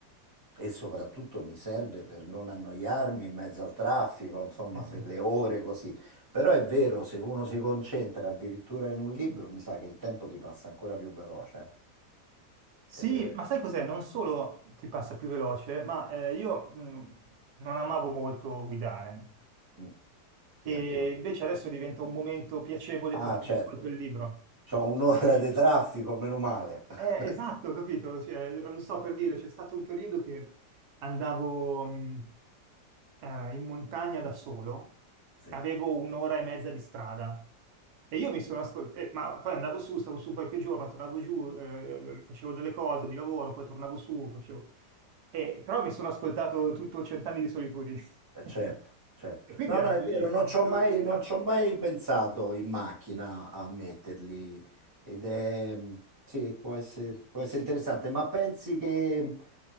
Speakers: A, on the right (about 15°); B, on the right (about 75°).
A: e soprattutto mi serve per non annoiarmi in mezzo al traffico, insomma,
B: Eh sì.
A: per le ore così. Però è vero, se uno si concentra addirittura in un libro, mi sa che il tempo ti passa ancora più veloce.
B: Sì,
A: Eh,
B: ma sai cos'è? Non solo ti passa più veloce, ma eh, io mh, non amavo molto guidare.
A: Eh, mm, sì,
B: E
A: anch'io.
B: invece adesso diventa un momento piacevole
A: Ah,
B: perché
A: certo,
B: mi ascolto il libro.
A: c'ho un'ora
B: Quindi,
A: di traffico, meno male.
B: eh,
A: <laughs>
B: esatto, capito? Cioè, allora, non so per dire, c'è stato un periodo che andavo mh, eh, in montagna da solo,
A: Sì.
B: avevo un'ora e mezza di strada. E io mi sono ascoltato, ma poi andavo su, stavo su qualche giorno, tornavo giù, eh, facevo delle cose di lavoro, poi tornavo su, facevo... E, però mi sono ascoltato tutto Cent'anni di solitudine.
A: Eh,
B: <laughs>
A: Certo, certo.
B: E quindi
A: No,
B: era
A: no,
B: bellissimo,
A: è vero, non ci
B: mi
A: ho
B: dovevo
A: mai,
B: guidare.
A: non ci ho mai pensato in macchina a metterli ed è, sì, può essere, può essere interessante, ma pensi che,